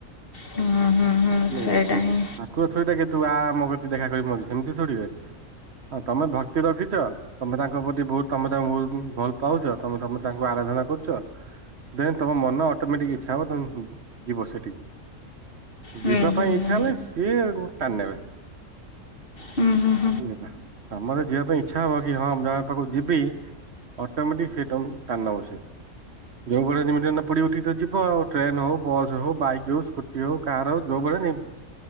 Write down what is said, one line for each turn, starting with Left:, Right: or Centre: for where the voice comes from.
Left: ହୁଁ ହୁଁ ହୁଁ
Right: ବୁଝିଲ
Left: ସେଇଟା
Right: ହା
Left: ହିଁ
Right: <unintelligible> କହିବେ ତୁ ଆ ମୋ କତିକି ଦେଖା କରିବୁ ଏମିତି ଥୋଡି <unintelligible> ହଁ ତମେ ଭକ୍ତି ରଖିଛ, ତମେ ତାଙ୍କ ପ୍ରତି ବହୁତ ତମେ ତାଙ୍କୁ ବହୁତ ଭଲ ପାଉଛ, ତମେ ତମେ ତାଙ୍କୁ ଆରାଧନା କରୁଚ ଦେନ ତମ ମନ ଅଟୋମେଟିକ ଇଚ୍ଛା ହବ ତମ ଯିବ ସେଠିକି
Left: ହୁଁ
Right: ଯିବା
Left: ହୁଁ
Right: ପାଇଁ ଇଚ୍ଛା
Left: ହୁଁ।
Right: ହେଲେ ସିଏ ଟାଣି ନେବେ
Left: ହୁଁ ହୁଁ
Right: <unintelligible> ତମର ଯିବା ପାଇଁ ଇଚ୍ଛା ହବ କି ହଁ ମୁଁ ଜଗା ପାଖକୁ ଯିବି ଅଟୋମେଟିକ ସେ ତମକୁ ଟାଣି ନବ ସେ। ଯୋଉଦିନ ଯେମିତି ନ ପଡି ଉଠିକି ତ ଯିବାଆଉ ଟ୍ରେନ ହଉ, ବସ୍ ହଉ, ବାଇକ ହଉ, ସ୍କୁଟି ହଉ, କାର ହଉ, ଯୋଉ ଭଳିଆ